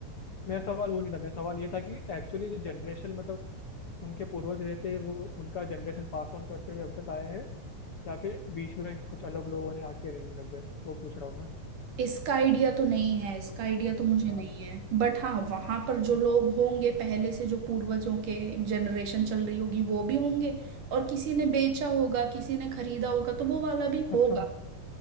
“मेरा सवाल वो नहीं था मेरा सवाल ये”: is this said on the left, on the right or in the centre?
Left